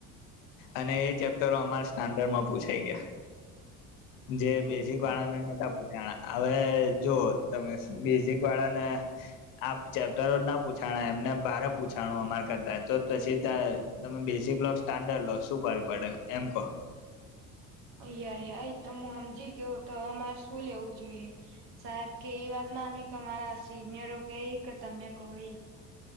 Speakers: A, on the left; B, on the right.
A: અને એ ચેપ્ટરો અમારા સ્ટાન્ડર્ડમાં પૂછાઈ ગયા જે બેઝિક
B: અચ્છા
A: વાળાને નેતા આવેવે જો તમે બેઝિક વાળા ને આ ચેપ્ટરો ના પૂછાણા એમને ભારે પૂછાણું અમારા કરતા તો પછી તમે બેઝિક લો સ્ટાન્ડર્ડ લો શું ફર પડે એમ કહો
B: અ ય તો હું સમજી ગયો તો અમારે શું લેવું જોઈએ સાહેબ કે એ વાત માનવી કે અમારા સિનિયરો કેય કે તમે કો એ